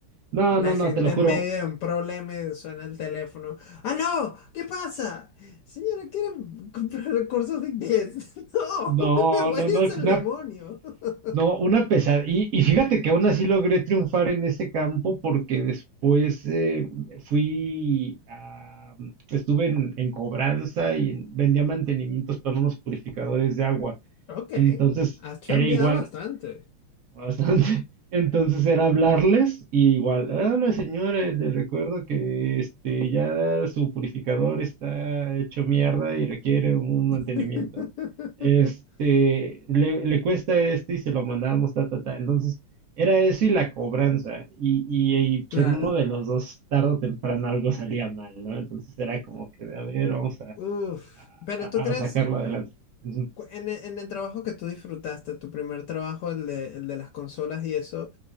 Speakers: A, on the right; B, on the left.
A: no,
B: La
A: no, no,
B: gente
A: te lo juro,
B: en medio de un problema y suena el teléfono. ¡Ah, no! ¿Qué pasa? Señora, ¿quiere comprar cursos de inglés? <laughs> ¡No!
A: no,
B: <laughs> ¡Váyase
A: no, no,
B: al
A: na-
B: demonio! <laughs>
A: No, una pesadilla. Y, y fíjate que aún así logré triunfar en ese campo porque después eh, fui a, estuve en, en cobranza y en- vendía mantenimientos para unos purificadores de agua.
B: Ok,
A: Entonces
B: has cambiado
A: era igual
B: bastante.
A: Bastante. <laughs> Entonces era hablarles y igual, hola señores, les recuerdo que este ya su purificador está hecho mierda y requiere un
B: <laughs>
A: mantenimiento. Este, le, le cuesta este y se lo mandamos, ta, ta, ta. Entonces, era eso y la cobranza. Y, y, y, pues,
B: Claro.
A: en uno de los dos, tarde o temprano, algo salía mal, ¿no? Entonces era como que, a ver, vamos a,
B: Uf. Pero
A: a,
B: tú crees,
A: a sacarlo adelante. Ujú.
B: cu- en, e- en el trabajo que tú disfrutaste, tu primer trabajo, el de, el de las consolas y eso,